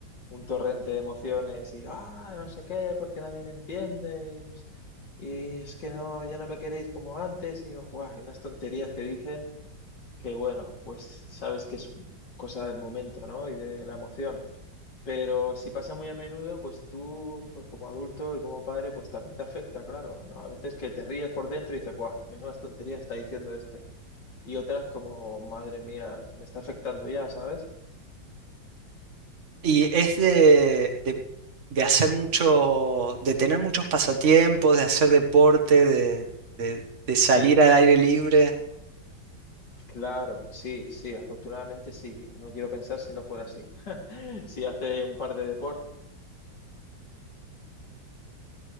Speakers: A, on the left; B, on the right.
A: un torrente de emociones y, ah, no sé qué, porque nadie me entiende y no sé- y es que no, ya no me queréis como antes y, no- buah, hay unas tonterías que dicen que, bueno, pues sabes que es cosa del momento, ¿no? Y de la emoción. Pero si pasa muy a menudo, pues tú, pues como adulto y como padre, pues también te afecta, claro, ¿no? A veces que te ríes por dentro y dices, ¡buah! Menudas tonterías está diciendo este. Y otras como, madre mía, me está afectando ya, ¿sabes?
B: Y es de, de, de hacer mucho, de tener muchos pasatiempos, de hacer deporte, de, de de salir
A: Sí,
B: al aire libre.
A: claro, sí, sí, afortunadamente sí. No quiero pensar si no fuera así. <laughs> Si hace un par de deportes